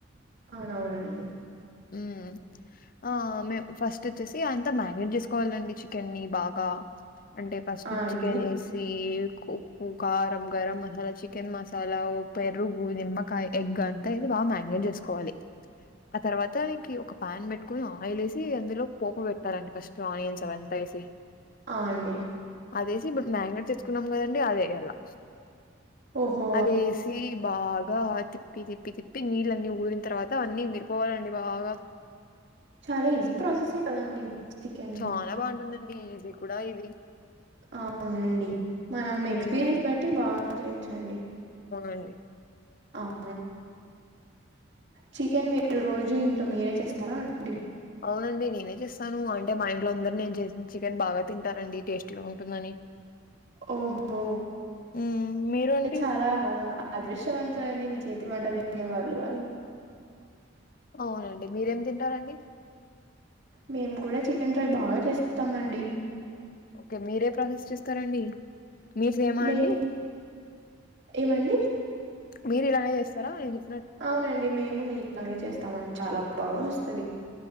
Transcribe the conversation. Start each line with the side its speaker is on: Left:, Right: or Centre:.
Right: అవునవుననండి
Left: ఉం ఆ మేం ఫస్ట్ వచ్చేసి అంతా మ్యారినేట్ చేసుకోవాలండి చికెన్ని బాగా అంటే ఫస్ట్
Right: ఆ అండి
Left: చికెన్ వేసి ఉప్పు కారం గరం మసాలా చికెన్ మసాలా ఉ పెరుగు నిమ్మకాయ ఎగ్ అంతా ఇది బాగా మారినేట్ చేసుకోవాలి ఆ తర్వాత ఒక పాన్ పెట్టుకుని ఆయిల్ వేసి అందులో పోపు పెట్టాలండి ఫస్ట్ ఆనియన్స్ అవంతా వేసి
Right: అ అండి
Left: అదేసి ఇప్పుడు మ్యారినెట్ చేసుకున్నాం కదండి అదేయలా
Right: ఓహో
Left: అదేసి బాగా తిప్పి తిప్పి తిప్పి నీళ్ళ అన్ని ఊరిన తర్వాత అన్ని విరిపోవాలండి బాగా
Right: చాలా ఈజీ ప్రాసెసే కదండి చికెన్
Left: చాలా బాగుంటుందండి ఈజీ కూడా ఇది
Right: అ అవునండి మనం
Left: హ్మ్.
Right: ఎక్స్పీరియన్స్ బట్టి బాగా చేయొచ్చండి
Left: అండి
Right: ఆ చికెన్ మీరు రోజు ఇంట్లో మీరే చేస్తారా అండి
Left: అవునండి నేనే చేస్తాను అంటే మా ఇంట్లో అందరు నేను చేసిిన చికెన్ బాగా తింటారండి టేస్ట్ గా ఉంటుందని
Right: ఓహో
Left: హ్మ్. మీరు అండి
Right: చాలా అదృష్టవంతులండి చేతి వంట తినే వాల్లు వాళ్ళు
Left: అవునండి మీరేం తింటారండి
Right: మేము కూడా చికెన్ ఫ్రై బాగా చేస్తామండి
Left: ఓకే మీరే ప్రాసెస్ చేస్తారండి మీ ఫేమ్ ఆ
Right: మేము
Left: అండి
Right: ఏమండి
Left: మీరు ఇలానే చేస్తారా ఇది
Right: అవునండి మేము మీలాగే చేస్తామండి చాలా బాగా వస్తుంది